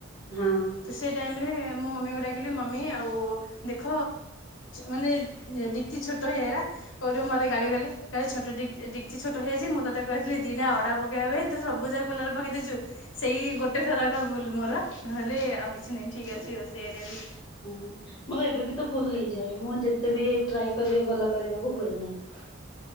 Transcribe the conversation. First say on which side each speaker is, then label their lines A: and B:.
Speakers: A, on the left; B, on the left.
A: ହଁ।
B: ତ ସେ ଟାଇମରେ, ମୁଁ ମମିଙ୍କୁ ଡାକିଲି ମମି ଆଉ ଦେଖ ମାନେ ଡେକ୍ଚି ଛୋଟ ହେଇଗରା, ସୋଉଟୁ ମୋତେ ଗାଳି କଲେ କହିଲି ଛୋଟ ଡେକ୍ ଡେକଚି ଛୋଟ ହେଇଯାଇଛି ମୁଁ ତତେ କହିଥିଲି ଦିଟା ଅଡ଼ା ପକାଇବା ପାଇଁ, ତୁ ସବୁଯାକ କୁଲାରୁ ପକେଇ ଦେଇଛୁ? ସେଇ ଗୋଟେ ଥରକା ଭୁଲ ମୋର, ନହେଲେ ଆଉ କିଛି ନାଇଁ ଠିକ ଅଛି ଆଉ ସେ ଏରିଆରେ
A: ହୁଁ। ମୋର ଏବେ ବି ତ ଭୁଲ ହେଇଯାଏ, ମୁଁ ଯେତେ ବି ଟ୍ରାଏ କରିବି ଭଲ କରିବାକୁ ହୁଏ ନାହିଁ।